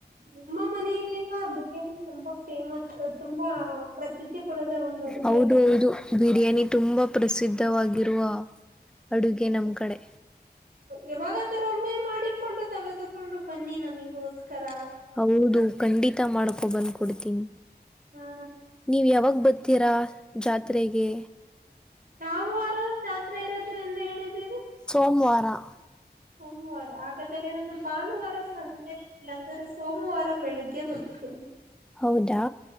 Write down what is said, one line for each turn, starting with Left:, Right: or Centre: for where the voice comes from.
Right: ನಿಮ್ಮ ಮನೆಯಲ್ಲೆಲ್ಲ ಬಿರಿಯಾನಿ ತುಂಬಾ ಫೇಮಸ್ ತುಂಬಾ
Centre: ಎ
Right: ಪ್ರಸಿದ್ಧಿ ಪಡೆದ ಒಂದು ಅಡುಗೆ
Centre: ಹೌದು
Right: ಅಲ್ಲ ಇದು
Centre: ಹೌದು ಬಿರಿಯಾನಿ ತುಂಬಾ ಪ್ರಸಿದ್ಧವಾಗಿರುವ ಅಡುಗೆ ನಮ್ ಕಡೆ
Right: ಯಾವಾಗಾದರೂ ಒಮ್ಮೆ ಮಾಡಿಕೊಂಡು ತೆಗೆದುಕೊಂಡು ಬನ್ನಿ ನಮಗೋಸ್ಕರ
Centre: ಹೌದು ಅದು ಖಂಡಿತ ಮಾಡ್ಕೊ ಬಂದ್ ಕೊಡ್ತೀನಿ
Right: ಹಾ
Centre: ನೀವ ಯಾವಾಗ ಬರ್ತೀರಾ ಜಾತ್ರೆಗೆ
Right: ಯಾವ ವಾರ ಜಾತ್ರೆ ಇರತ್ತೆ ಅಂತ ಹೇಳಿದ್ದೀರಿ
Centre: <unintelligible>
Right: <unintelligible> ಸೋಮವಾರ ಹಾಗಾದ್ರರೆ ನಾನು ಭಾನುವಾರ ಸಂಜೆ ಇಲ್ಲಾಂದ್ರೆ ಸೋಮವಾರ ಬೆಳಿಗ್ಗೆ ಬರುತ್ತೇನೆ
Centre: ಹೌದಾ